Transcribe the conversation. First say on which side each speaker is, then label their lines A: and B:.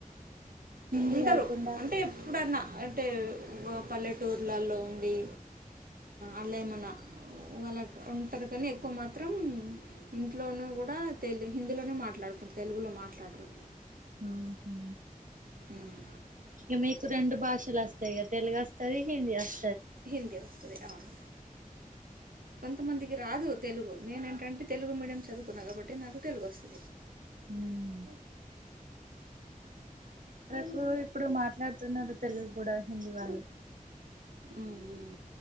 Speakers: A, on the right; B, on the right.
A: హిందీ
B: ఉండరు
A: కాకుండా
B: అంటే ఎప్పుడన్నా అంటే పల్లెటూర్లలో ఉండి అలేమన వాళ్ళ ఉంటరు కానీ ఎక్కువ మాత్రం ఇంట్లోను కూడా తెలుగు హిందీలోనే మాట్లాడుకుం తెలుగులో మాట్లాడరు
A: ఉహు
B: ఉమ్,
A: ఇగ మీకు రెండు భాషలు అస్తాయి ఇగ తెలుగు అస్తది హిందీ అస్
B: హిందీ వస్తది అవును కొంతమందికి రాదు తెలుగు నేను ఏంటంటే తెలుగు మీడియం చదువుకున్న కాబట్టి నాకు తెలుగు వస్తది
A: ఉమ్ కు ఇప్పుడు మాట్ మాట్లాడుతున్నరు తెలుగు గుడా హిందీ వాళ్ళు
B: ఉ హూ